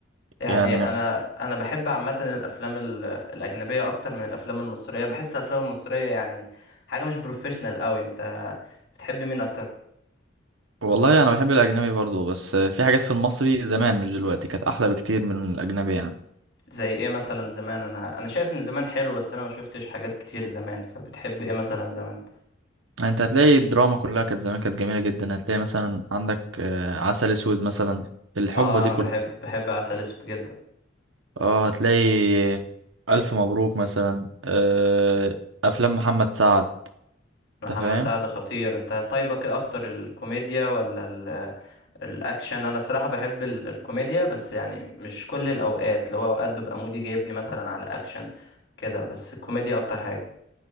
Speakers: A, on the left; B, on the right.
A: يعني
B: يعني
A: انا
B: من
A: انا بحب عامه الافلام ال- الاجنبيه اكتر من الافلام المصريه بحس الافلام المصريه يعني حاجه مش بروفيشنال قوي انت بتحب مين اكتر
B: والله انا بحب الاجنبي برضو بس في حاجات في المصري زمان مش دلوقتي كانت احلى بكتير من الاجنبي يعني
A: زي ايه مثلا زمان انا انا شايف ان زمان حلو بس انا ما شفتش حاجات كتير زمان فبتحب ايه مثلا زمان
B: يعني انت هتلاقي الدراما كلها كانت زمان كانت جميله جدا هتلاقي مثلا عندك آه، عسل اسود مثلا الحقبه
A: اه
B: دي
A: انا
B: كلها
A: بحب بحب عسل اسود جدا
B: اه هتلاقي الف مبروك مثلا آه، افلام محمد سعد
A: محمد
B: انت فاهم
A: سعد خطير انت طيبك ايه اكتر الكوميديا ولا ال- الاكشن انا الصراحه بحب ال- الكوميديا بس يعني مش كل الاوقات اللي هو اوقات ببقى مودي جايبني مثلا على اكشن كده بس الكوميديا اكتر حاجه